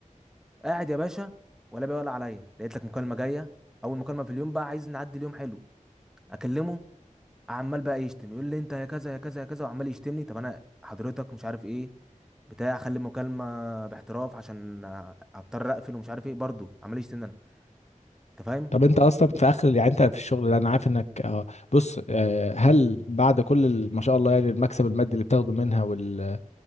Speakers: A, in the centre; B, on the left (about 55°).
A: قاعد يا باشا ولا بيقول عليا لقيت لك مكالمه جايه اول مكالمه في اليوم بقى عايز نعدي اليوم حلو اكلمه عمال بقى يشتم يقول لي انت يا كذا يا كذا يا كذا وعمال يشتمني طب انا حضرتك مش عارف ايه بتاع خلي المكالمه باحتراف عشان هضطر اقفل ومش عارف ايه برضه عمال يشتمني انا انت فاهم
B: طب انت اصلا في اخر يعني انت في الشغل ده انا عارف انك آه، بص آه، هل بعد كل ال- ما شاء الله يعني المكسب المادي اللي بتاخده منها وال...